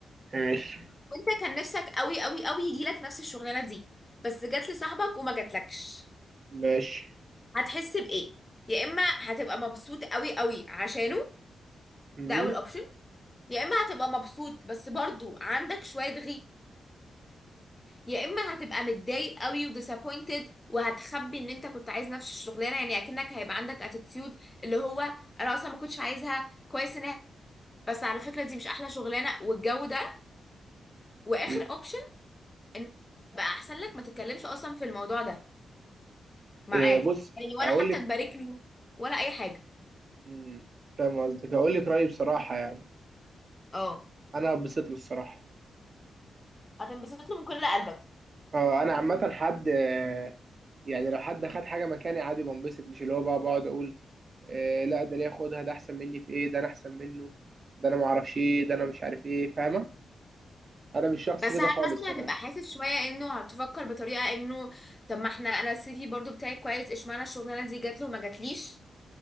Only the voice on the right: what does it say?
ماشي
ماشي
امم
أمم.
إيه، بص
اقول
لك
أمم، فاهم قصدك اقول لك رأيي بصراحة يعني
انا بسيط له الصراحة
آه، انا عامة حد آه، يعني لو حد خد حاجه مكاني عادي بنبسط مش اللي هو بقى بقعد اقول آه لا ده ليه خدها ده احسن مني في ايه ده انا احسن منه ده انا ما اعرفش ايه ده انا مش عارف ايه فاهمه انا مش شخص
كده
خالص
انا